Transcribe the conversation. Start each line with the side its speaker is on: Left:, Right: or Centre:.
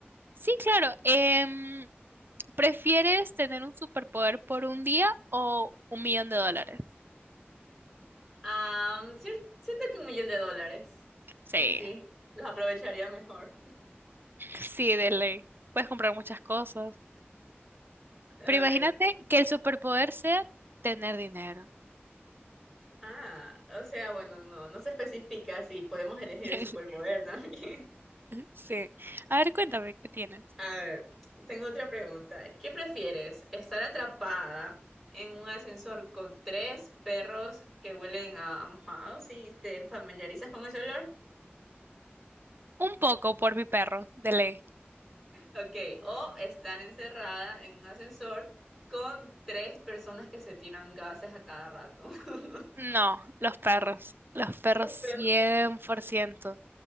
Right: Sí, claro. em, ¿Prefieres tener un superpoder por un día o un millón de dólares?
Centre: Am, cier- siento que un millón de dólares.
Right: Sí,
Centre: Sí, sí, los aprovecharía mejor.
Right: sí, de ley. Puedes comprar muchas cosas.
Centre: A
Right: Pero imagínate
Centre: ver.
Right: que el superpoder sea tener dinero.
Centre: Ah, o sea, bueno, no, no se especifica si podemos elegir
Right: <laughs>
Centre: el superpoder <laughs> también.
Right: Sí. A ver, cuéntame, ¿qué tienes?
Centre: A ver, tengo otra pregunta. ¿Qué prefieres? ¿Estar atrapada en un ascensor con tres perros que huelen a, a mojado, si te familiarizas con ese olor?
Right: Un poco por mi perro, de ley.
Centre: Ok, o estar encerrada en un ascensor con tres personas que se tiran gases a cada rato. <laughs>
Right: No, los perros. Los perros
Centre: Los
Right: cien
Centre: perros
Right: cien por ciento,